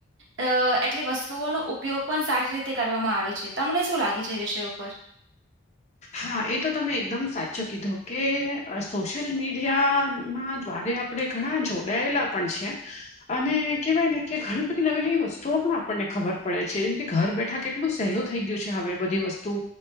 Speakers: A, on the right; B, on the left.
A: અ એટલી વસ્તુઓનો ઉપયોગ પણ સારી રીતે કરવામાં આવે છે તમને શું લાગે છે એ વિષય ઉપર
B: હા એ તો તમે એકદમ સાચો કીધો કે સોશિયલ મીડિયા ના દ્વારે આપણે ઘણા જોડાયેલા પણ છે અને કેહેવાય ને કે ઘણી બધી નવી નવી વસ્તુઓ પણ આપણને ખબર પડે છે જેમ કે ઘર બેઠા કેટલું સહેલું થઈ ગયું છે હવે બધી વસ્તુ